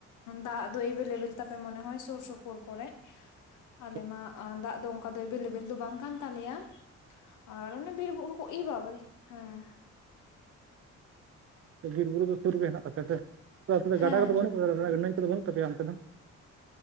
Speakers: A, on the left (about 80°); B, on the right (about 50°).
A: ᱫᱟᱜ ᱫᱚ ᱮᱵᱮᱞ ᱞᱮᱵᱮᱞ ᱛᱟᱯᱮ, ᱢᱚᱱᱮ ᱦᱚᱭ ᱥᱳᱨ ᱥᱳᱯᱳᱨ ᱠᱚᱨᱮ ᱾
B: <inaudible> <inaudible>
A: ᱟᱞᱮ ᱢᱟ ᱫᱟᱜ ᱫᱚ ᱚᱱᱠᱟ ᱫᱚ, ᱮᱵᱮᱞ ᱞᱮᱵᱮᱞ ᱫᱚ ᱵᱟᱝ ᱠᱟᱱ ᱛᱟᱞᱮᱭᱟ ᱾ ᱟᱨ ᱚᱱᱮ ᱵᱤᱨ ᱵᱩᱨᱩ ᱠᱚ, ᱤ-ᱵᱟᱵᱟ ᱨᱮ ᱦᱮᱸ ᱾
B: ᱵᱤᱨ ᱵᱩᱨᱩ ᱫᱚ ᱥᱩᱨ ᱨᱮᱜᱮ ᱦᱮᱱᱟᱜ ᱛᱟᱯᱮ ᱥᱮ᱾ ᱟᱫᱚ ᱟᱯᱮ
A: ᱦᱮᱸ
B: ᱫᱚ ᱜᱟᱰᱟ ᱠᱚᱫᱚ ᱵᱟᱹᱱᱩᱜ <unintelligible> ᱱᱟᱹᱭ ᱠᱚᱫᱚ ᱵᱟᱹᱱᱩᱜ ᱛᱟᱯᱮᱭᱟ ᱚᱱᱛᱮ ᱫᱚ?